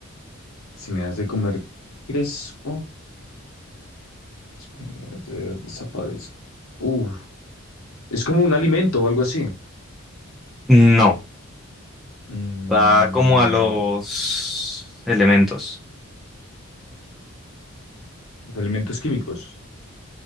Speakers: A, on the left; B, in the centre.
A: Si me das de comer, crezco. Si me das de ver, desaparezco. Uf, es como un alimento o algo así.
B: No,
A: Mm,
B: va como a los elementos.
A: los elementos químicos,